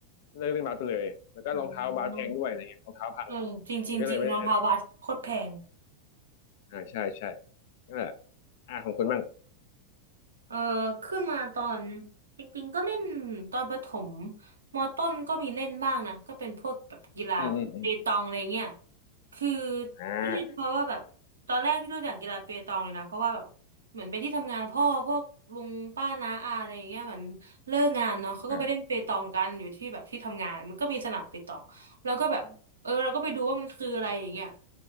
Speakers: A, on the left (about 50°); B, on the right (about 70°).
A: เลิกเล่นบาสไปเลยแล้วก็รองเท้าบาสแพงด้วยอะไรเงี้ยรองเท้าพัง
B: อืมเออจริงจริงจริงรองเท้าบาสโคตรแพง
A: มันก็เลยไม่ได้เล่นอ่าใช่ใช่นั่นแหละอ่าของคุณบ้าง
B: เออขึ้นมาตอนจริงๆก็เล่นตอนประถมมอต้นก็มีเล่นบ้างนะก็เป็นพวกแบบกีฬาแบบเปตองอะไรเงี้ย
A: อืมอืมอืม
B: คือ
A: อ่า
B: ที่เล่นเพราะว่าแบบตอนแรกที่รู้จักกีฬาเปตองเลยนะเพราะว่าแบบเหมือนไปที่ทำงานพ่อพวกลุงป้าน้าอาอะไรเงี้ยเหมือนเลิกงานเนาะเขาก็ไปเล่นเปตองกันอยู่ที่แบบที่ทำงานมันก็มีสนามเปตองแล้วก็แบบ
A: อ่า
B: เออเราก็ไปดูว่ามันคืออะไรอย่างเงี้ย